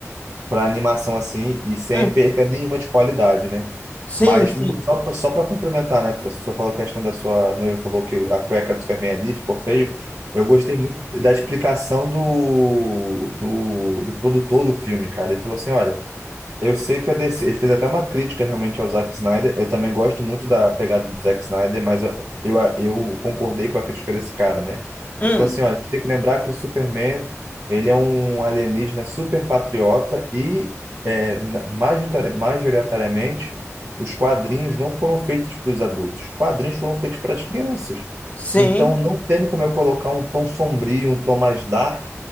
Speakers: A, on the right; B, on the left.
A: para animação, assim, e sem
B: uhum.
A: perca nenhuma de qualidade, né?
B: Sim,
A: Mas
B: sim.
A: só, pra- só para complementar, né? Você falou a questão da sua noiva, falou que a cueca do Superman ali ficou feio. Eu gostei muito da explicação do, do, do produtor do filme, cara. Ele falou assim: olha, eu sei que a DC, ele fez até uma crítica realmente ao Zack Snyder. Eu também gosto muito da pegada do Zack Snyder, mas eu, eu, eu concordei com a crítica desse cara, né?
B: Hum,
A: Ele falou assim, olha, a gente tem que lembrar que o Superman, ele é um alienígena super patriota e é, na- majoritari- majoritariamente os quadrinhos não foram feitos para os adultos. Os quadrinhos foram feitos para as crianças.
B: sim,
A: Então não tem como eu colocar um tom sombrio, um tom mais dark